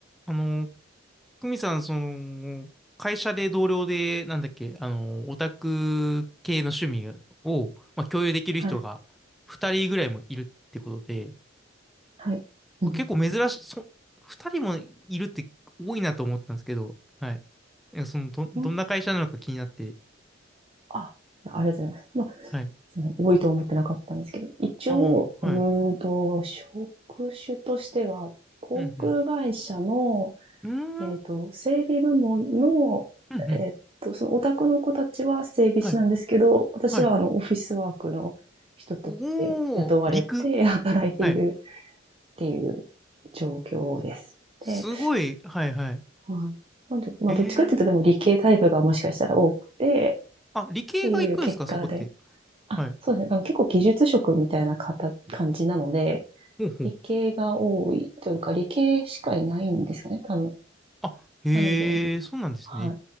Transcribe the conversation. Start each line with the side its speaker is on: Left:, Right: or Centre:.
Centre: あの、久美さん、その、会社で同僚で、なんだっけ、あの、オタク系の趣味を、まあ、共有できる人が2人ぐらいもいるってことで、
Right: はい、はい。うん。
Centre: まあ結構珍しい、そ、2人もいるって多いなと思ったんですけど、はい。なんかその、ど、どんな会社なのか気になって、
Right: ほんあ、ありがとうございます。
Centre: はい。
Right: その、多いと思ってなかったんですけど、一応、
Centre: ああ、
Right: うーんと、
Centre: はい。
Right: 職種としては、航空会社の、
Centre: うん、うん。
Right: えっと、
Centre: うーん、うん、
Right: 整備部門の、
Centre: うん。
Right: えっと、そのオタクの子たちは整備士なんですけど、
Centre: はい、
Right: 私はあの、
Centre: はい。
Right: オフィスワークの人として雇われて
Centre: おー、陸。
Right: <laughs> 働いているっていう状況です。
Centre: はい。すごい、
Right: で、
Centre: はい、はい。
Right: はい。なんで、まあ、
Centre: えー。
Right: どっちかっていうと、でも理系タイプがもしかしたら多くて、
Centre: あ、理系が行くんですか、
Right: っていう結果で、
Centre: そこって。はい。
Right: あ、そうですね。あの、結構技術職みたいな方感じなので、
Centre: ほうほう。
Right: 理系が多いというか、理系しかいないんですよね、多分。
Centre: あ、へえ、
Right: なので、
Centre: そうなんですね。
Right: はい。